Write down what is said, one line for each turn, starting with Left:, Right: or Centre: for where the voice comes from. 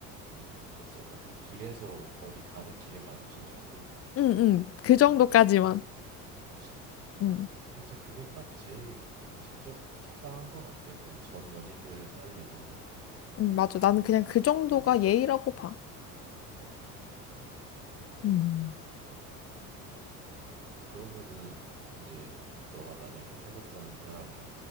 Right: 음, 그러니까 진짜 딱 그냥 길에서 어디 가는 길에 마주친 정도?
Left: 응, 응, 그 정도까지만.
Right: 음, 그치.
Left: 응.
Right: 근데 진짜 그게 딱 제일 적절, 적당한 것 같아. 그냥 전 연인들 사이에서는.
Left: 음, 맞아. 나는 그냥 그 정도가
Right: 어,
Left: 예의라고 봐.
Right: 맞아.
Left: 음.
Right: 진짜. 그러면은 이제 너가 만약에 사귀었던 사람이